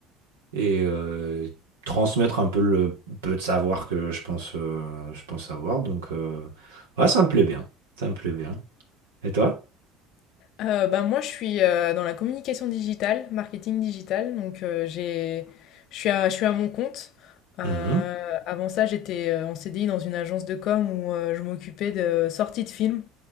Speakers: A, on the right; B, on the left.
A: et euh, transmettre un peu le peu de savoir que je pense, euh, je pense avoir. Donc, euh, ouais, ça me plaît bien. Ça me plaît bien. Et toi?
B: Euh, bah, moi, je suis euh, dans la communication digitale, marketing digital. Donc, euh, j'ai, je suis à, je suis à mon compte. Euh,
A: Mhm.
B: avant ça, j'étais euh, en CDI dans une agence de com où euh, je m'occupais de sorties de films.